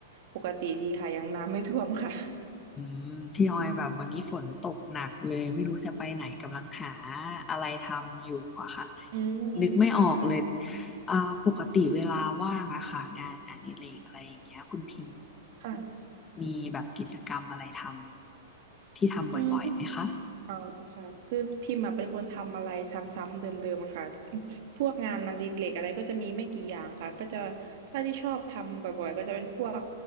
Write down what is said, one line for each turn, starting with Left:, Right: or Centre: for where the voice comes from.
Right: ปกติดีค่ะยังน้ำไม่ท่วมค่ะ
Left: อืมที่ออยแบบวันนี้ฝนตกหนักเลยไม่รู้จะไปไหนกำลังหาอะไรทำอยู่อะค่ะ
Right: อืมค่ะค่ะ
Left: นึกไม่ออกเลยอ่าปกติเวลาว่างอะค่ะงานอดิเรกอะไรอย่างเงี้ยคุณพิมพ์
Right: ค่ะ
Left: มีแบบกิจกรรมอะไรทำที่ทำบ่อยๆไหมคะ
Right: อืมที่อ๋อค่ะคือพิมพ์อะเป็นคนทำอะไรซ้ำๆเดิมๆอะค่ะพวกงานนันดีเลกอะไรก็จะมีไม่กี่อย่างค่ะก็จะถ้าที่ชอบทำบ่อยๆก็จะเป็นพวก